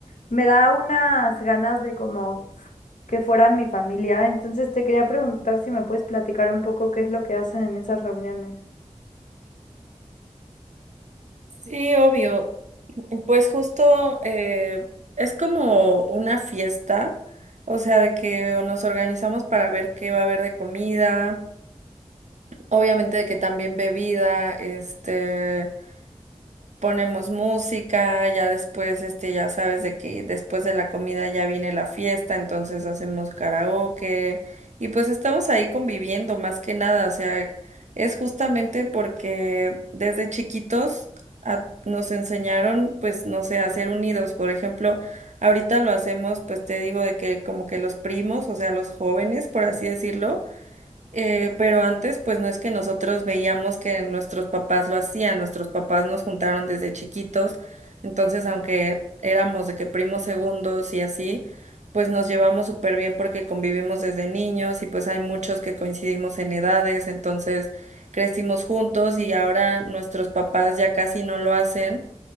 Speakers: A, on the left; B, on the right.
A: me da unas ganas de como que fueran mi familia. Entonces te quería preguntar si me puedes platicar un poco qué es lo que hacen en esas reuniones.
B: Sí, obvio. Pues justo eh, es como una fiesta, o sea, de que nos organizamos para ver qué va a haber de comida, obviamente de que también bebida, este... ponemos música, ya después, este, ya sabes de que después de la comida ya viene la fiesta, entonces hacemos karaoke y pues estamos ahí conviviendo más que nada, o sea, es justamente porque desde chiquitos a- nos enseñaron, pues, no sé, a ser unidos, por ejemplo, ahorita lo hacemos, pues te digo de que como que los primos, o sea, los jóvenes, por así decirlo, eh, pero antes, pues no es que nosotros veíamos que nuestros papás lo hacían, nuestros papás nos juntaron desde chiquitos, entonces aunque éramos de que primos segundos y así, pues nos llevamos súper bien porque convivimos desde niños y pues hay muchos que coincidimos en edades, entonces crecimos juntos y ahora nuestros papás ya casi no lo hacen,